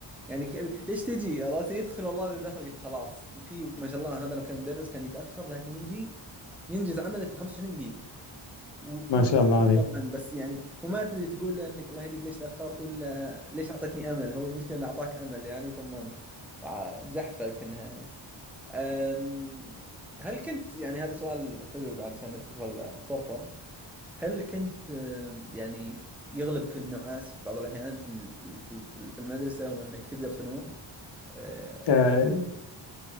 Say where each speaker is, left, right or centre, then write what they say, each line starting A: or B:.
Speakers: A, in the centre; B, on the left.
A: يعني ك... ليش تجي عرفت يدخل والله اذا دخل قلت خلاص في ما شاء الله هذا لو كان مدرس كان يتأخر لكن يجي ينجز عمله في 25 دقيقة و-
B: ما
A: وت-
B: شاء الله عليك
A: طبعا بس يعني وما تدري تقول له انك الله يهديك ليش تاخرت ولا ليش اعطيتني امل هو المشكله انه اعطاك امل يعني ثم ع- جحفلك في النهايه أم، هل كنت يعني هذا سؤال حلو بعد عشان ندخل في الطرفه هل كنت أم، يعني يغلبك النعاس في بعض الاحيان في ال- في ال- في ال- في ال- في المدرسه وانك تقدر تنوم أه،
B: آه،